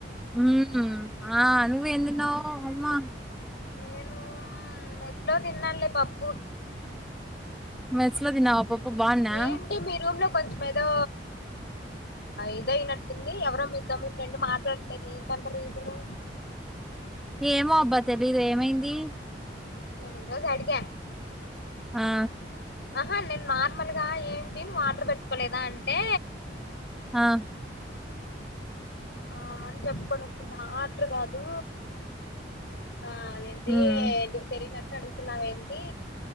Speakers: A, in the centre; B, on the left (about 65°).
A: మ్మ్ ఆ నువ్వెందిన్నవ్ అమ్మా
B: నేనూ మెస్లో తిన్నాన్లే పప్పు
A: మెస్లో తిన్నావా బాగున్నా
B: ఏంటి మీ రూమ్ లొ కొంచ్మేదో ఇదయినట్టుంది ఎవరో మీతో మీ ఫ్రెండ్ మాట్లాడలేదే ఏంటంట రీజనూ
A: ఏమో అబ్బ తెలీదు ఏమైందీ
B: నేనీరోజడిగా
A: ఆ
B: ఆహా నేన్ నార్మల్గా ఏంటినువ్ వాట్ర్ పెట్టుకోలేదా అంటే
A: ఆ
B: ఆ మని చెప్పుకొనొచ్చింది ఆ ఆడ్రు కాదూ ఆ అదేందీ
A: మ్మ్
B: నిక్ తెలియనట్ అడుగుతున్నావ్ ఏంటి